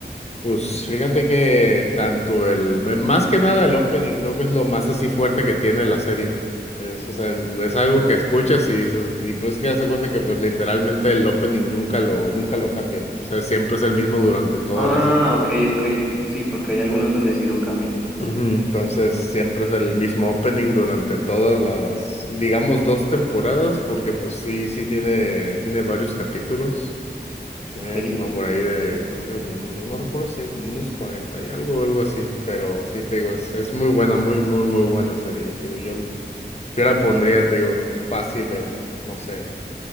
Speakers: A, on the left; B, in the centre.
A: Pues fíjate que tanto el, eh, más que nada el opening, creo que es lo más así fuerte que tiene la serie. Es, o sea, el- es algo que escuchas y, dices- y pues que hace cuenta que pues literalmente el opening nunca lo, nunca lo cambian. O sea, siempre es el mismo durante toda
B: Ah,
A: la serie.
B: ok, ok. Sí, porque hay algunos donde sí lo cambian.
A: <clears throat> Ujú, Entonces, siempre es el mismo opening durante todas las, digamos, dos temporadas, porque pues sí, sí tiene, tiene varios capítulos. Tiene
B: Ok.
A: como por ahí de, creo que como, no, no recuerdo si era como unos 40 y algo algo así, pero sí, te digo, es, es muy buena, muy, muy, muy buena serie. y Te digo, yo, yo la pondría, te digo, fácil en, no sé,